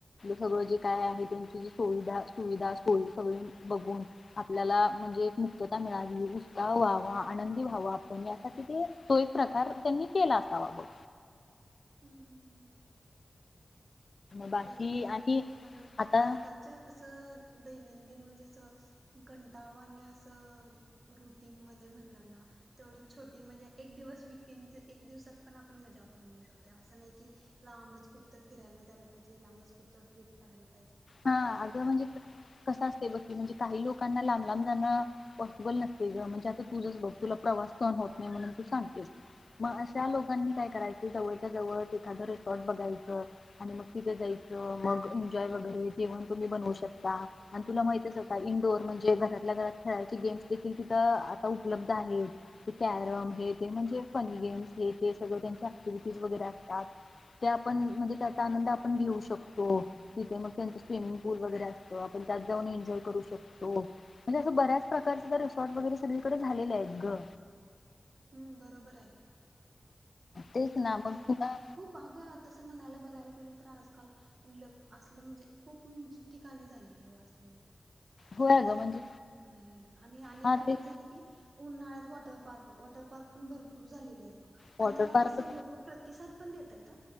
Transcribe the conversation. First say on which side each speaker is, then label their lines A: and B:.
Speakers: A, on the left (about 55°); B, on the right (about 50°).
A: सगळं जे काय आहे त्यांची सुविधा सुविधा सोय सगळी बघून आपल्याला म्हणजे एक मुक्तता मिळावी उत्साह व्हावा आनंदी व्हावा आपण यासाठी ते तो एक प्रकार त्यांनी केला असावा बघ
B: हम्म हम्म हम्म
A: बाकी
B: बरोबर आहे
A: आणि
B: तुझ पण
A: आता
B: आजकालच्या कस दैनंदिन दिन म्हणजे असं कंटाळवाने अस रुटीन मध्ये म्हणलं ना तेवढी छोटी मजा एक दिवस वीकेंडच एक दिवसात पण आपण मजा करून येऊ शकतो. असं नाही कि लांबच कुठ फिरायला जायला पाहिजे. ति लांब च कुठतरी ट्रीप काढायला पाहीजे.
A: हा अगं म्हणजे कस असतय बकी म्हणजे काही लोकांना लांब लांब जाण पॉसिबल नसतय ग म्हणजे आ तुझ घे तुला प्रवास सहन् होत नाही म्हणून तू सांगतेस मग अशा मग त्यां लोकांनी काय करायच जवळच्या जवळ एखाद रिसॉर्ट बघायचं आणि मग तिथे जायचं मग एन्जॉय वगैरे जेवण तुम्ही बनवू शकता आणि तुला माहितच आता इंडोर म्हणजे घरातल्या घरात खेळायचे गेम्स देखील तिथं आता उपलब्ध आहेत. कॅरम हे ते म्हणजे फनी गेम्स हे ते सगळ त्यांची ऍक्टिव्हिटीज वगैरे असतात. ते आपण म्हणजे त्याचा आनंद आपण घेऊ शकतो तिथे मग त्यांच स्विमिंग पूल वगैरे असतो आपण त्यात जाऊन एन्जॉय करू शकतो म्हणजे असं बऱ्याच प्रकारच रिसॉर्ट वगैरे सगळीकडे झालेलं आहेत ग
B: हम्म बरोबर हाय
A: तेच ना
B: आणि
A: मग तुला
B: खूप अगं तसं म्हणायला बघा. बघायला गेलं तर आजकाल ल असलं म्हणजे खूप ठिकाणी झालय असलं.
A: होय अगं
B: रिसॉर्ट
A: म्हणजे
B: म्हणायला गेलं आणि अनेक
A: हा
B: अनेक
A: ते
B: झाले की, उन्हाळ्यात वाॉटर पार्क वॉ वॉटर पार्क पण भरपूर झालेले आहेत बग
A: वॉटर
B: आणि त्याला
A: पार्क
B: तसं लोक प्रतिसाद पण देेतायेत हं